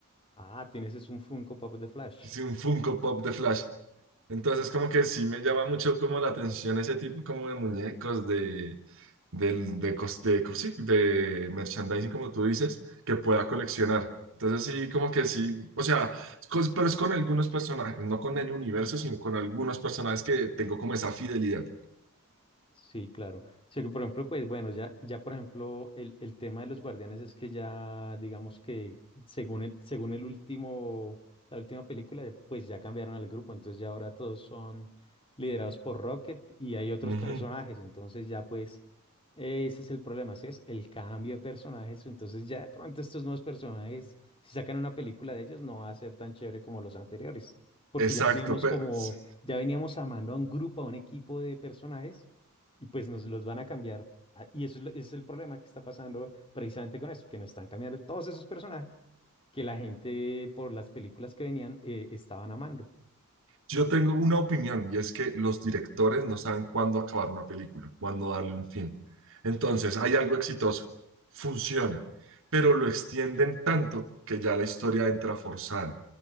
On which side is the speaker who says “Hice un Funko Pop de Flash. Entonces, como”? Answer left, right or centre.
Right